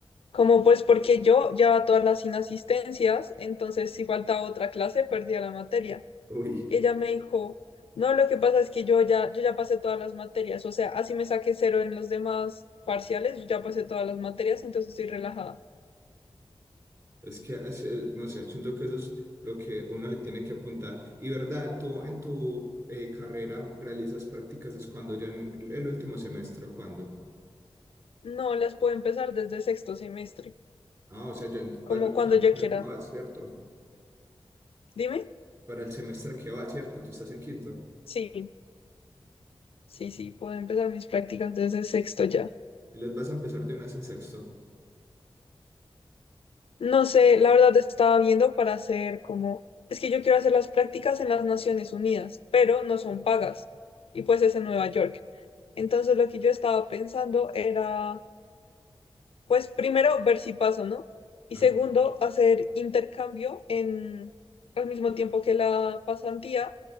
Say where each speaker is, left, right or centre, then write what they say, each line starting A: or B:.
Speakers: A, on the left; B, on the right.
A: Como, pues, porque yo llevaba todas las inasistencias, entonces si faltaba otra clase, perdía la materia.
B: Uy.
A: Y ella me dijo, no, lo que pasa es que yo ya, yo ya pasé todas las materias. O sea, así me saqué cero en los demás parciales, yo ya pasé todas las materias, entonces estoy relajada.
B: Es que, es, eh, no sé, siento que eso es lo que uno le tiene que apuntar. Y verdad, tú en tu eh, carrera realizas prácticas, es cuando ya en el el último semestre, ¿o cuándo?
A: No, las puedo empezar desde sexto semestre,
B: Ah, o sea, ya el-
A: como
B: para el
A: cuando
B: semestre
A: yo quiera.
B: que va, ¿cierto?
A: Dime.
B: Para el semestre que va, ¿cierto? Tú estás en quinto
A: Sí, sí, sí, puedo empezar mis prácticas desde sexto ya.
B: y las vas a empezar de una vez en sexto.
A: No sé, la verdad estaba viendo para hacer como... Es que yo quiero hacer las prácticas en las Naciones Unidas, pero no son pagas. Y pues es en Nueva York. Entonces lo que yo estaba pensando era, pues primero, ver si paso, ¿no? Y
B: Ajá.
A: segundo, hacer intercambio en, al mismo tiempo que la pasantía